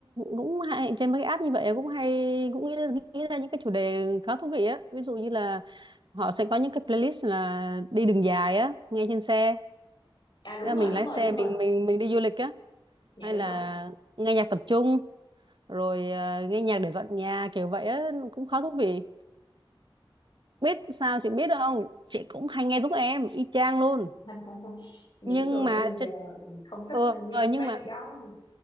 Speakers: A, on the right; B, on the left.
A: cũng hay, trên mấy cái app như vậy cũng hay cũng nghĩ, nghĩ ra những cái chủ đề khá thú vị á. Ví dụ như là họ sẽ có những cái playlist là đi đường dài á, nghe trên xe.
B: à đúng
A: Thế là
B: rồi
A: Mình
B: đúng
A: lái
B: rồi
A: xe
B: đúng rồi
A: mình mình mình đi du lịch á
B: dạ
A: hay
B: đúng
A: là
B: rồi
A: nghe nhạc tập trung rồi ờ, nghe nhạc để dọn nhà kiểu vậy á cũng khá thú vị biết sao chị biết không chị cũng hay nghe giúp em y chang luôn
B: <laughs> những
A: nhưng
B: người
A: mà
B: bây giờ
A: chị-
B: không thích
A: ừ,
B: nghe
A: ờ,
B: một
A: nhưng
B: cái
A: mà
B: gì đó